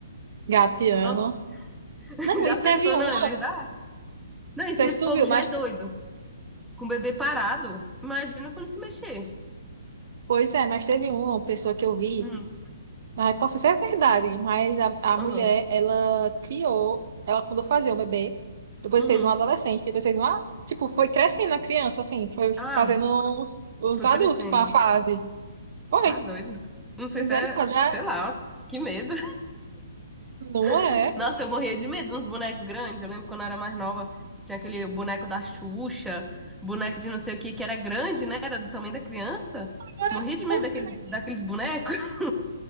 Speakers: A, on the right (about 55°); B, in the centre.
A: Gatiano,
B: Nossa, <laughs>
A: Não,
B: já
A: e
B: pensou,
A: teve um,
B: não,
A: não
B: é verdade? Não, e
A: sei
B: se esse
A: se tu
B: povo
A: viu,
B: já
A: mas,
B: é doido? Com o bebê parado, imagina quando se mexer.
A: pois é, mas teve uma pessoa que eu vi,
B: Hum,
A: na repórter, isso é verdade, mas a, a
B: aham,
A: mulher, ela criou, ela mandou fazer um bebê, depois
B: uhum.
A: fez um adolescente, depois fez uma, tipo, foi crescendo a criança, assim, foi
B: Ah,
A: fazendo os, os
B: foi
A: adultos
B: crescendo.
A: com a fase. Foi,
B: Tá doido. Não sei
A: misericórdia,
B: se é, sei lá, que medo.
A: não é?
B: <laughs> Nossa, eu morria de medo dos bonecos grandes. Eu lembro quando eu era mais nova, tinha aquele boneco da Xuxa, boneco de não sei o que, que era grande, né? Era do tamanho da criança.
A: Agora,
B: Morria de medo
A: não sei,
B: daqueles,
A: mas,
B: daqueles bonecos. <laughs>